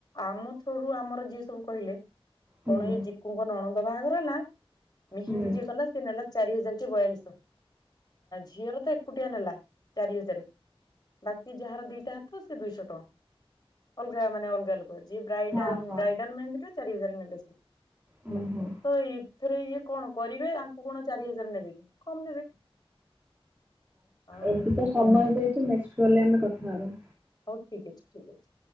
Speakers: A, on the left; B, on the right.
A: ଆମ ଥରୁୁ ଆମର ଯିଏ ସବୁ କହିଲେ
B: ହୁଁ
A: କଣ ଇ କୁଙ୍କ ନଣନ୍ଦ ବାହାଘର ହେଲା, ମେହେନ୍ଦୀ
B: ହୁଁ
A: ଯିଏ କଲା ସିଏ ନେଲା ଚାରି ହଜାର କି ବୟାଳିଶ। ଝିଅର ତ ଏକୁଟିଆ ନେଲା ଚାରି ହଜାର। ବାକି ଯାହାର ଦିଟା ହାତ ସେ ଦୁଇଶହ ଟଙ୍କା। ଅଲଗା ମାନେ ଅଲଗା ଲୋକ। ଯ ବ ବ୍ରାଇଡାଲ
B: ହଁ ହଁ
A: ମେ ଚାରି ହଜାର ନେଲେ ସେ ହେଲା
B: ହୁଁ ହୁଁ
A: ତ ଥରେ ଇଏ କଣ କରିବେ ଆଙ୍କୁ କଣ ଚାରି ହଜାର ନେବେ କି? କମ ନେବେ। ଆଉ
B: ଏମତି ତ ସମୟ ହେଇ ଯାଇଛି, ନେକ୍ସଟ କଲରେ ଆମେ କଥା ହବା।
A: ହଉ ଠିକ ଅଛି, ଠିକ୍ ଅଛି।